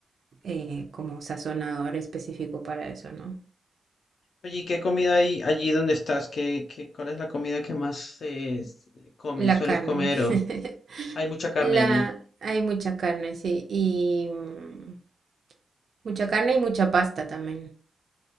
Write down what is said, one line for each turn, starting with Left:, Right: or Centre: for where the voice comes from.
Right: eh, como sazonador específico para eso, ¿no?
Left: Oye, ¿y qué comida hay allí donde estás? ¿Qué, qué, cuál es la comida que más eh, s- comes,
Right: La
Left: sueles
Right: carne,
Left: comer? O...
Right: <laughs>
Left: Hay mucha carne
Right: la,
Left: allí.
Right: hay mucha carne, sí, y mm, mucha carne y mucha pasta también,